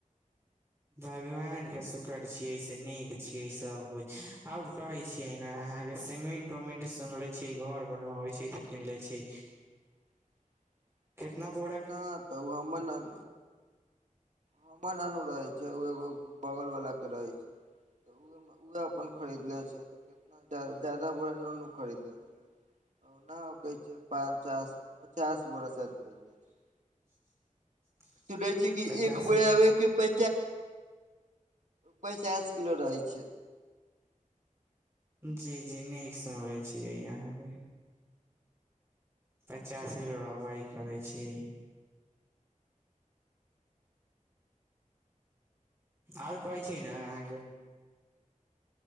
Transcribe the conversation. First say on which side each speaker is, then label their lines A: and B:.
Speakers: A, on the right (about 20°); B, on the right (about 60°).
A: भगवान के शुक्र छियै से नीक छीियै सब कुछ आओर कहै छी। क अहाँ के सीमेंट उमेंट सुनले छी घर बन मे अबे छै तऽ कनले छी।
B: <inaudible>
A: कितना पो।
B: नहि तऽ ओ हमनल। हमन आानू रहै छै ओ एगो बगलवलाके रहै छै। तऽ ओ उह अपन खरीदले छै तऽ कितना जादा बुरा नुनू खरीदले छै। ओना ओ कहै छै पचास पचास बोरा शायद खोजि जाइ छै।
A: <inaudible>
B: सुनै छै किी
A: पचास
B: एक। कि प पैचास किलो रहै छै।
A: जी जी नीक सुनले छियै यहाँ पे। पचास किलो रहबै ई करै छियै। आओर कहै छै ने अहाँके।